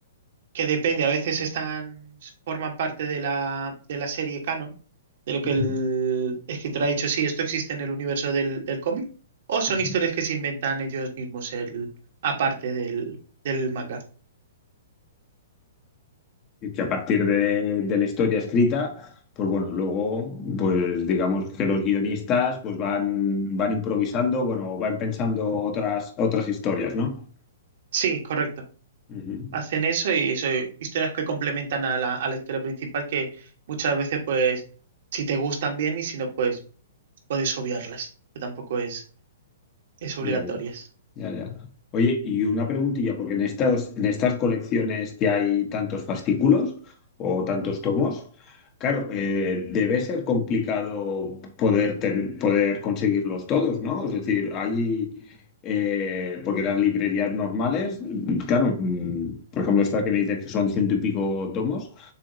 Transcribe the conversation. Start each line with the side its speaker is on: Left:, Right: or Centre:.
Right: que depende, a veces están, forman parte de la, de la serie canon, de lo que
Left: ujú,
Right: el escritor ha dicho, sí, esto existe en el universo del, del cómic, o son
Left: ujú.
Right: historias que se inventan ellos mismos el, aparte del, del manga.
Left: Y que a partir de, de la historia escrita, pues bueno, luego, pues digamos que los guionistas pues van, van improvisando, bueno, van pensando otras, otras historias, ¿no?
Right: Sí, correcto.
Left: Ujú.
Right: Hacen eso y son historias que complementan a la, a la historia principal que muchas veces, pues, si te gustan bien y si no, pues puedes obviarlas, que tampoco es, es obligatorias.
Left: Ya, ya. Ya, ya. Oye, y una preguntilla, porque en estas, en estas colecciones que hay tantos fascículos o tantos tomos, claro, eh, debe ser complicado poder, ten- poder conseguirlos todos, ¿no? Es decir, hay, eh, porque las librerías normales, claro, mm, por ejemplo, esta que me dices que son ciento y pico tomos,